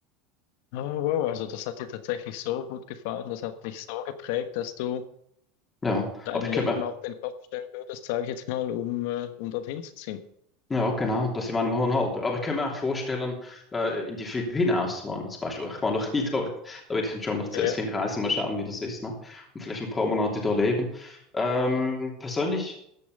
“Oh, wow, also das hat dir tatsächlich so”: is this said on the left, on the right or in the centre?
Left